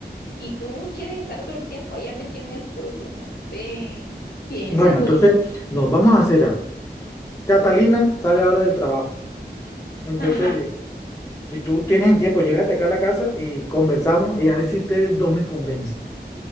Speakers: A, on the left (about 65°); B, on the left (about 20°).
A: y tú quieres estar todo el tiempo allá metido en el pueblo. No, ve, piénsalo.
B: Bueno, entonces nos vamos a hacer algo. Catalina sale ahora del trabajo. Entonces,
A: Ajá,
B: si tú tienes el tiempo, llégate acá a la casa y conversamos y a ver si ustedes dos me convencen.